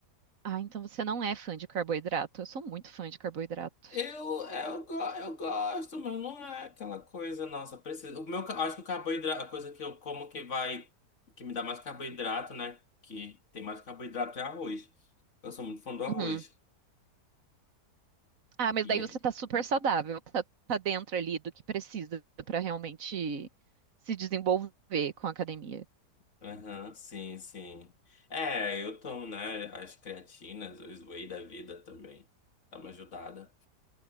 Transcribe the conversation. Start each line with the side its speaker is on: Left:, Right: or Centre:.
Right: Ah, então você não é fã de carboidrato. Eu sou muito fã de carboidrato.
Left: Eu, eu, go- eu gosto, mas não é aquela coisa, nossa, precisa. O meu, ca- acho que o carboidrato, a coisa que eu como que vai, que me dá mais carboidrato, né? Que tem mais carboidrato é arroz. Eu sou muito fã do arroz.
Right: Uhum. Ah, mas
Left: E
Right: daí
Left: aí?
Right: você tá super saudável, tá, tá dentro ali do que precisa pra realmente se desenvolver com a academia.
Left: Aham, sim, sim. É, eu tomo, né, as creatinas, os whey da vida também. Dá uma ajudada.